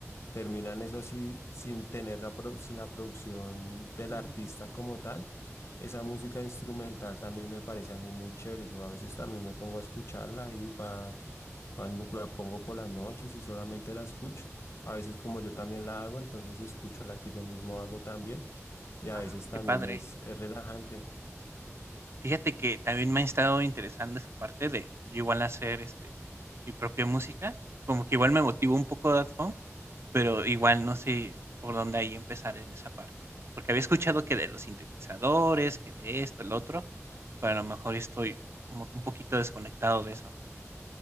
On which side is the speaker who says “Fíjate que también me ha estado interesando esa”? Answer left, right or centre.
Right